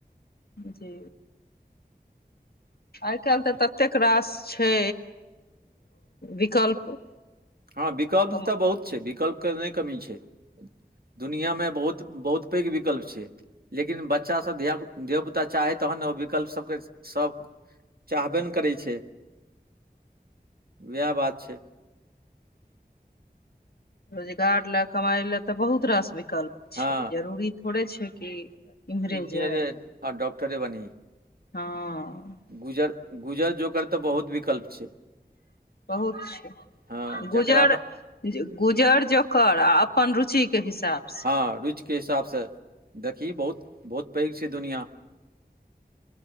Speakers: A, on the left (about 70°); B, on the right (about 65°).
A: जी। आइ काल्हि तऽ ततेक रास छै विकल्प
B: हँ विकल्प
A: कम
B: तऽ बहुत छै विकल्पके नहि कमी छै। दुनिआँमे बहुत बहुत पैघ विकल्प छै। लेकिन बच्चासभ धिया धियापुता चाहै तखन ओ विकल्प सभके सभ चाहबे ने करै छै वएह बात छै।
A: रोजगार लए कमाइ लए तऽ बहुत रास विकल्प छै,
B: हँ
A: जरूरी थोड़े छै कि इम्हरे
B: इंजनियरे
A: जाय
B: आ डॉकटरे बनए
A: हँ।
B: गुजर गुजर जकर तऽ बहुत विकल्प छै।
A: बहुत छै
B: हँ
A: गुजर
B: जकरामे
A: गुजर जोकर आ अपन रुचि के हिसाब से
B: हँ रुच के हिसाबसँ देखी बहुत बहुत पैघ छै, दुनिया